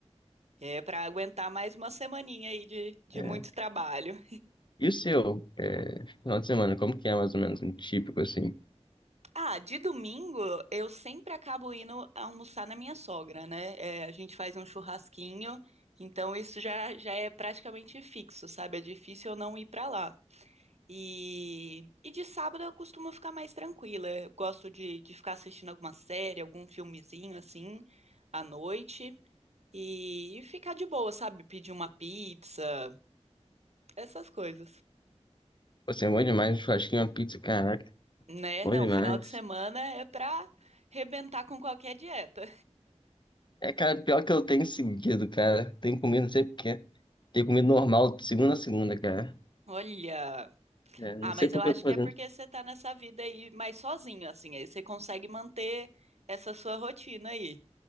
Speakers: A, on the right; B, on the left.
A: É pra aguentar mais uma semaninha aí de, de
B: É.
A: muito trabalho.
B: E o seu? É, final de semana, como que é mais ou menos um típico assim?
A: Ah, de domingo eu sempre acabo indo almoçar na minha sogra, né? É, a gente faz um churrasquinho, então isso já, já é praticamente fixo, sabe? É difícil eu não ir pra lá. E, e de sábado eu costumo ficar mais tranquila. Eu gosto de, de ficar assistindo alguma série, algum filmezinho assim, à noite. E, e ficar de boa, sabe? Pedir uma pizza, essas coisas.
B: Você é bom demais, um churrasquinho, uma pizza, caraca,
A: Né?
B: bom
A: Não,
B: demais.
A: final de semana é pra rebentar com qualquer dieta.
B: É, cara, pior que eu tenho seguido, cara. Tenho comido, não sei porquê. Tenho comido normal, de segunda a segunda, cara.
A: <laughs> Olha.
B: É, não
A: Ah,
B: sei
A: mas
B: por
A: eu acho
B: que eu tô fazendo.
A: que é porque você tá nessa vida aí mais sozinho, assim. Aí você consegue manter essa sua rotina aí.